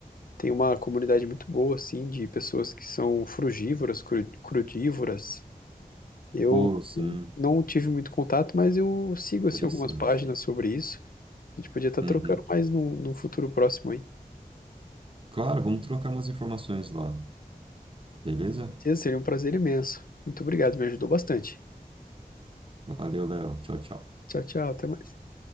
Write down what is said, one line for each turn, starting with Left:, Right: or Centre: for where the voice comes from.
Left: Tem uma comunidade muito boa, assim, de pessoas que são frugívoras, cru- crudívoras. Eu
Right: Pô, sim,
Left: não tive muito contato, mas eu sigo, assim,
Right: interessante.
Left: algumas páginas sobre isso. A gente podia estar
Right: Uhum.
Left: trocando mais num, num futuro próximo, hein?
Right: Claro, vamos trocar umas informações lá. Beleza?
Left: Seria um prazer imenso. Muito obrigado, me ajudou bastante.
Right: Valeu, Léo. Tchau, tchau.
Left: Tchau, tchau, até mais.